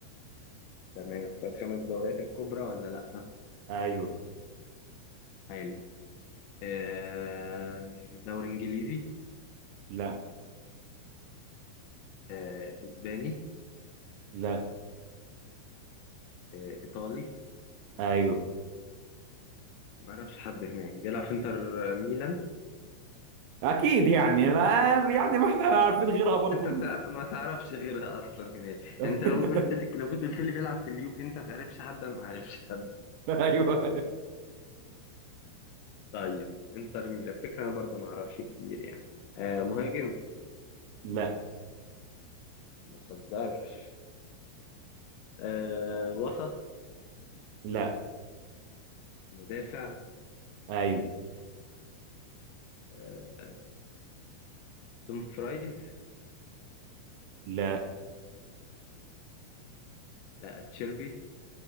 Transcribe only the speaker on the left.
تمام في الخمس دوريات الكبرى ولا لا
حلو آه، دوري انجليزي
آه، اسباني
آه، ايطالي
ما اعرفش حد هناك بيلعب في انتر ميلان
انت بتاع... ما تعرفش غيرها اصلا هناك
انت لو قلت لي لو كنت قلت لي بيلعب في اليوفي انت ما تعرفش حد انا ما اعرفش حد
طيب انتر ميلان فكره انا برضو ما اعرفش كتير يعني آه مهاجم
ما تهزرش آه وسط
مدافع
آه، دون فرايز
آه، تشيربي